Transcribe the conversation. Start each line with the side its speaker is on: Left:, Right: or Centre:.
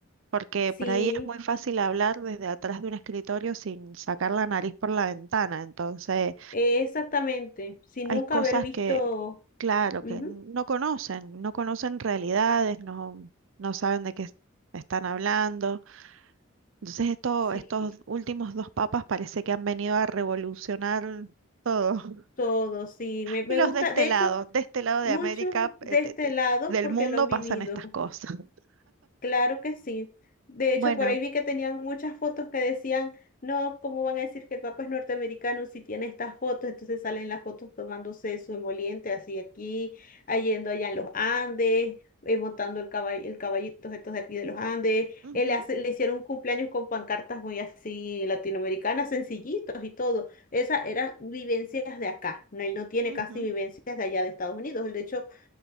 Right: porque
Left: Sí,
Right: por ahí es muy fácil hablar desde atrás de un escritorio sin sacar la nariz por la ventana. Entonces,
Left: exactamente. Sin
Right: hay
Left: nunca
Right: cosas
Left: haber visto,
Right: que, claro,
Left: ujú,
Right: que no conocen, no conocen realidades, no, no saben de qué es- están hablando. Entonces, esto,
Left: sí,
Right: estos últimos dos papas parece que han venido a revolucionar todo. <laughs>
Left: todo, sí. Me, me
Right: Y los
Left: gusta,
Right: de este
Left: de
Right: lado,
Left: hecho.
Right: de este lado de
Left: Muchos
Right: América,
Left: de
Right: eh, de-
Left: este
Right: de-
Left: lado
Right: del
Left: porque
Right: mundo
Left: lo han
Right: pasan
Left: vivido,
Right: estas cosas. <laughs>
Left: claro que sí. De
Right: Bueno,
Left: hecho, por ahí vi que tenían muchas fotos que decían, no, ¿cómo van a decir que el Papa es norteamericano si tiene estas fotos? Entonces salen las fotos tomándose su emoliente así aquí, ah, yendo allá en los Andes, eh, montando el caballo, el caballito estos de aquí de los Andes.
Right: ujú,
Left: Él le, hace- le hicieron un cumpleaños con pancartas muy así latinoamericanas, sencillitos y todo. Esas eran vivencias de acá. no, Él no tiene
Right: ujú,
Left: casi vivencias de allá de Estados Unidos. Él, De hecho,